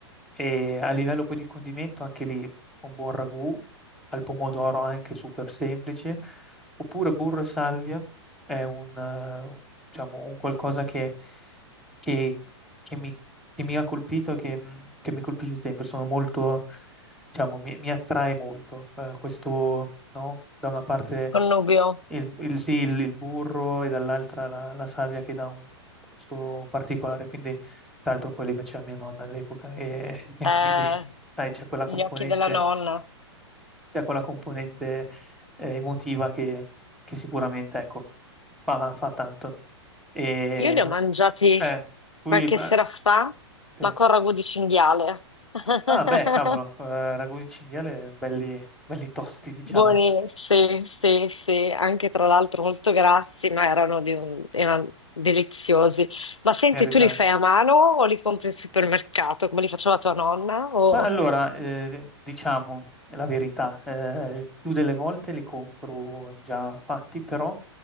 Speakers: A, in the centre; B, on the left (about 85°).
A: E a livello poi di condimento, anche lì un buon ragù, al pomodoro anche super semplice. Oppure burro e salvia è un, eh, diciamo, un qualcosa che, che- che mi, che mi ha colpito e che, mm, che mi colpisce sempre. Sono molto, diciamo, mi, mi attrae molto. eh, questo, no? Da una parte
B: Connubio.
A: il, il- sì, il- il burro e dall'altra la, la salvia che dà un gusto particolare. Quindi, tra l'altro, poi li faceva mia nonna all'epoca e, <laughs>
B: Eh,
A: e quindi, sai, c'è quella
B: gli
A: componente,
B: occhi della nonna.
A: c'è quella componente eh, emotiva che, che sicuramente, ecco, fa, fa tanto. E
B: Io li
A: non
B: ho mangiati
A: so, eh, tu
B: qualche
A: gli- eh,
B: sera fa,
A: sì.
B: ma con ragù di cinghiale. <laughs>
A: Ah, beh, cavolo, eh, ragù di cinghiale belli, belli tosti, diciamo.
B: Buoni, sì, sì, sì, anche tra l'altro molto grassi, ma erano, di un- erano deliziosi. Ma senti,
A: Merita.
B: tu li fai a mano o li compri al supermercato, come li faceva tua nonna? O...
A: Ma allora, eh, diciamo la verità, eh, più delle volte li compro già fatti, però